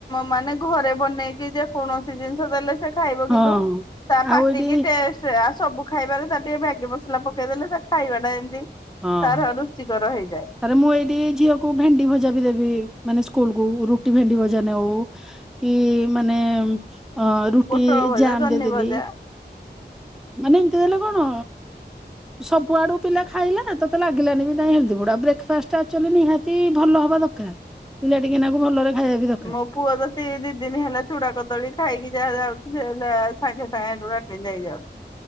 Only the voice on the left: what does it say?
ମାନେ ଘରେ ବନେଇକି ଯେ କୌଣସି ଜିନିଷ ଦେଲେ ଖାଇବ
କିନ୍ତୁ ତା
ପାଟିକି
ଟେଷ୍ଟ ଆ ସବୁ ଖାଇବାରେ ତା ଟିକେ ମ୍ୟାଗି ମସଲା ପକେଇଦେଲେ ସେ ଖାଇବାଟା ଏମିତି
ତାର ରୁଚିକର ହେଇଯାଏ
ପୋଟଳ ଭଜା
ଜହ୍ନି
ଭଜା
ମୋ ପୁଅ ତ ଦି ଦିନ ହେଲା ଚୁଡା କଦଳୀ ଖାଇକି ଯାହା ଯାଉଛି ସେ ହେଲା ସାଙ୍ଗେ ସାଙ୍ଗେ ନେଇ ଯାଉଛି